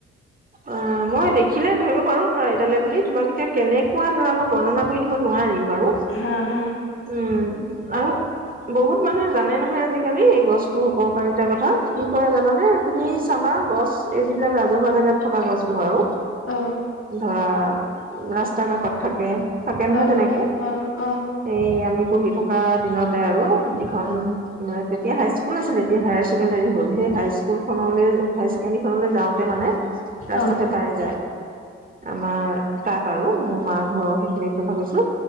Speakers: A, on the right; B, on the left.
A: অ মই দেখিলে ধৰিব পাৰো ধৰা এডালে বুলি তোমাক এতিয়া কেনেকুৱা ধৰা মই বৰ্ণনা কৰি দিব নোৱাৰিম। বাৰু
B: হা -হা
A: উম আৰু বহুত মানুহে জানে নহয় আজিকালি এই গছ উপকাৰিতা কথা কি কৰে জানানে তুমি চাবা। গছ, এই যিবিলাক ৰাজহুৱা জেগাত থকা গছ বোৰ আৰু।
B: অ
A: ধৰা ৰাস্তাৰ কাষত থাকে। থাকে নহয়
B: অ
A: তেনেকে
B: - অ -অ -অ
A: এই আমি পঢ়ি থকা দিনতে আৰু যিখন মানে তেতিয়া হাইস্কুল আছিলে এতিয়া হায়াৰ ছেকেণ্ডাৰী। হ সেই হাই স্কুলখনলৈ হাই ছেকেণ্ডৰীখনলৈ যাওঁতে মানে ৰাস্তাতে
B: অ
A: পাই যায় আমাৰ তাত আৰু মোৰ মা ঘৰৰ সেইখিনিৰ কথা কৈছো।